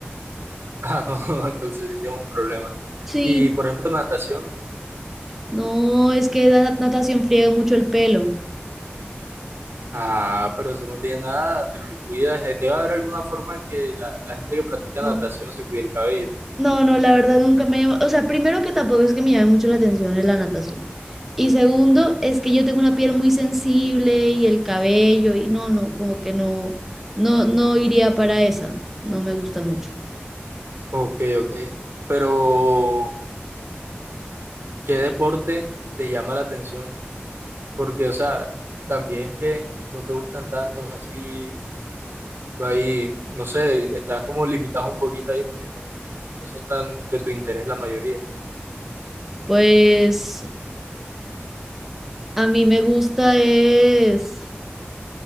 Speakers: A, on the right; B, in the centre.
A: <laughs> ah, no, <laughs> entonces sí tengo un problema.
B: Sí,
A: Y por ejemplo, natación.
B: no, es que la natación friega mucho el pelo.
A: Ah, pero eso no tiene nada, te lo cuidas. Eh, Debe haber alguna forma en que la, la gente que practica
B: No,
A: natación se cuide el cabello.
B: no, no, la verdad nunca me llama. O sea, primero que tampoco es que me llame mucho la atención es la natación. Y segundo, es que yo tengo una piel muy sensible y el cabello, y no, no, como que no, no, no iría para esa. No me gusta mucho.
A: Ok, ok. Pero, ¿qué deporte te llama la atención? Porque, o sea, también es que no te gustan tantos así, no hay, no sé, estás como limitado un poquito ahí porque no, no son tan de tu interés la mayoría.
B: Pues a mí me gusta es.